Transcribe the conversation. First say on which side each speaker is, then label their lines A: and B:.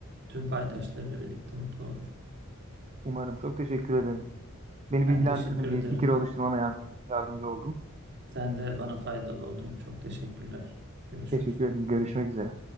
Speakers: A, on the right; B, on the right.
A: tüm paydaşlarıyla birlikte mutlu olur.
B: Umarım çok teşekkür ederim. Beni
A: Ben
B: bilgilendirdin,
A: teşekkür
B: bir
A: ederim.
B: fikir oluşturmama yardımcı, yardımcı oldun.
A: Sen de bana faydalı oldun. Çok teşekkürler. Görüşürüz.
B: Teşekkür ederim. Görüşmek üzere.